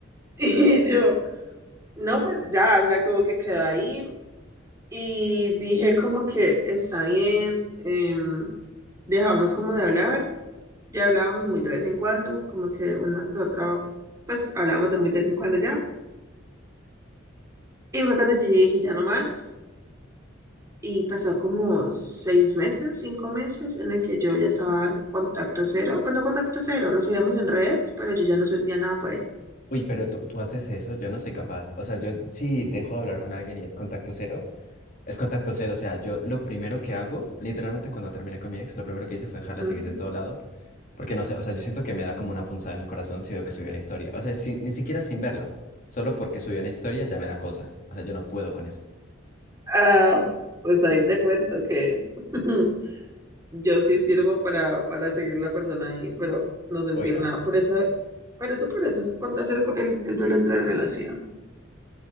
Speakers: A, on the right (about 15°); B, on the left (about 40°).
A: Y yo, no, pues ya, o sea, como que quedó ahí y dije como que está bien, em, dejamos como de hablar, ya hablábamos muy de vez en cuando, como que una que otra, pues hablábamos de muy de vez en cuando ya. Y fue cuando yo dije, ya no más. Y pasó como seis meses, cinco meses, en el que yo ya estaba en contacto cero. Pues no contacto cero, nos seguíamos en redes, pero yo ya no sentía nada por él.
B: Uy, pero tú, tú haces eso, yo no soy capaz. O sea, yo sí dejo de hablar con alguien y es contacto cero. Es contacto cero, o sea, yo lo primero que hago, literalmente cuando terminé con mi ex, lo primero que hice fue dejarla
A: Ujú.
B: seguir de todo lado, porque no sé, o sea, yo siento que me da como una punzada en el corazón si veo que subió una historia, o sea, sin- ni siquiera sin verla, solo porque subió una historia ya me da cosa, o sea, yo no puedo con eso.
A: Ah, pues ahí te cuento que <laughs> yo sí sirvo para, para seguir la persona ahí, pero no sentir
B: Uy, no.
A: nada. Por eso, por eso, por eso es cuando hacer el, el duelo entre relación.